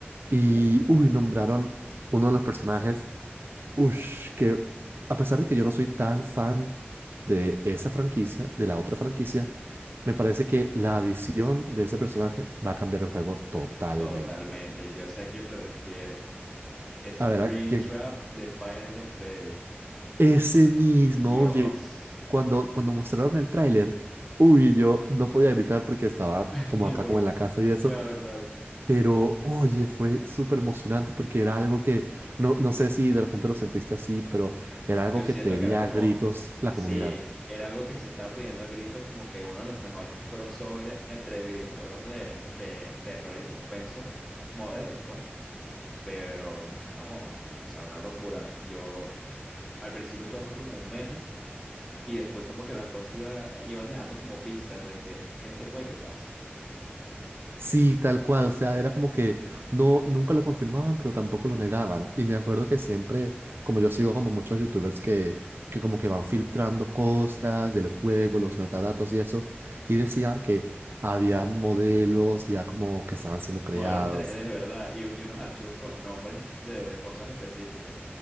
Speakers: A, on the right; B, in the centre.
A: y
B: Uh,
A: uy, nombraron uno de los personajes Ush, que a pesar de que yo no soy tan fan de esa franquicia, de la otra franquicia, me parece que la adición de ese personaje va a cambiar el juego totalmente.
B: totalmente. Yo sé a quién te refieres. Springtrap
A: A ver, ¿a quién?
B: de Final of Freddy's.
A: Ese mismo,
B: Dios.
A: oye, cuando, cuando mostraron el tráiler, uy, yo no podía gritar porque estaba
B: <laughs>
A: como acá,
B: Porque,
A: como en la casa y eso,
B: claro, claro.
A: pero oye, fue súper emocionante porque era algo que, no, no sé si de repente lo sentiste así, pero era algo
B: Yo
A: que
B: siento
A: pedía
B: que era como,
A: a gritos la
B: eh,
A: comunidad.
B: si era algo que se estaba pidiendo a gritos, como que uno de los mejores crossovers entre videojuegos de, de terror y suspenso modernos, pues. Pero, chamo, o sea, una locura. Yo, al principio todo fue como un meme y después como que la cosa iba, eh, iban dejando como pistas de que esto puede que pase.
A: Sí, tal cual, o sea, era como que no, nunca lo confirmaban, pero tampoco lo negaban. Y me acuerdo que siempre, como yo sigo como muchos youtubers que, que como que van filtrando cosas del juego,
B: Sí, sí, sí.
A: los metadatos y eso, y decían que había modelos ya como que estaban siendo creados.
B: Modelos 3D, ¿verdad? Y, y unos archivos con nombres de, de cosas específicas.